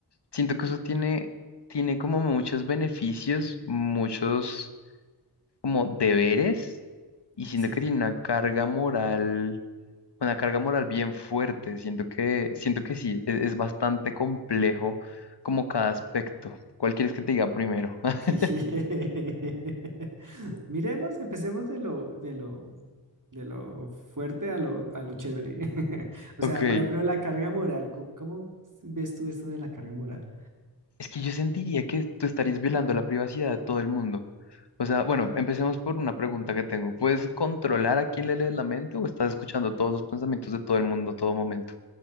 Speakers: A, on the left; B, on the right.
A: siento que eso tiene, tiene como muchos beneficios, muchos como deberes, y siento
B: Sí.
A: que tiene una carga moral, una carga moral bien fuerte. Siento que, siento que sí, es, es bastante complejo como cada aspecto. ¿Cuál quieres que te diga primero? <laughs>
B: <laughs> Miremos, empecemos de lo, de lo, de lo fuerte a lo, a lo chévere. <laughs> O sea,
A: Ok.
B: por ejemplo, la carga moral. ¿Cómo, cómo ves tú esto de la carga moral?
A: Es que yo sentiría que tú estarías violando la privacidad de todo el mundo. O sea, bueno, empecemos por una pregunta que tengo. ¿Puedes controlar a quién le lees la mente o estás escuchando todos los pensamientos de todo el mundo a todo momento?